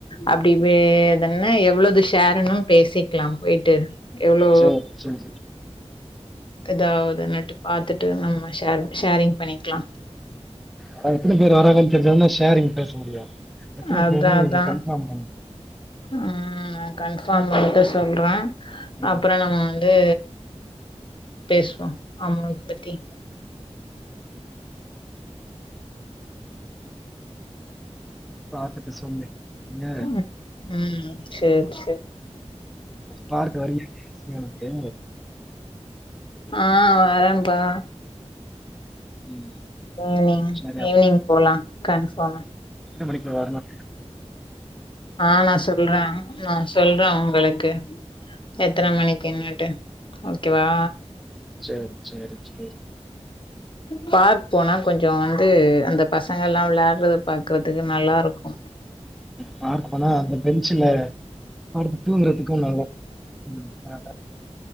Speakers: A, on the left (about 45°); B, in the centre.
A: அப்டி பே எதன் னா எவ்ளோது ஷேர்னுன் பேசிக்லா போய்ட்டு எவ்ளோ
B: சரி சரி
A: எதாவ்துனுட்டு பாத்துட்டு நம்ம ஷேர் ஷேரிங் பண்ணிக்லா
B: அவுங்க எத்தினி பேர் வராங்கன் தெரிஞ்சா தான ஷேரிங் பேச முடியு எத்தினி
A: அதா
B: பேருன்
A: அதா
B: நீங்க கன்ஃபார்ம் பண்ணுங்க
A: ம் நா கன்ஃபார்ம் பண்ட்டு சொல்றே அப்றோ
B: ம்
A: நம்ம ந்து பேசுவோ அமௌண்ட் பத்தி
B: பாத்துட்டு சொல்லு இங்க
A: ம் ம் சேர் சேர்
B: பார்க்கு வரியா ஈசி யா ஒனக்கு
A: ஆ வரேன்ப்பா
B: ம்
A: ஈவ்னிங்
B: சரி
A: ஈவ்னிங் போலா கன்ஃபார்ம்
B: எத்தன மணிக்கி வர்னு
A: ஆ நா சொல்றே நா சொல்றே உங்களுக்கு எத்தன
B: ம்,
A: மணிக்கின்னுட்டு
B: சரி
A: ஓகேவா
B: செர் செர் செரி
A: பார்க் போனா கொஞ்சோ வந்து அந்த பசங்கல்லா விளாடுறது பாக்குறதுக்கு நல்லாருக்கு
B: பார்க் போனா அந்த பெஞ்சுல படுத்தூங்குறதுக்கு நல்லாருக்கு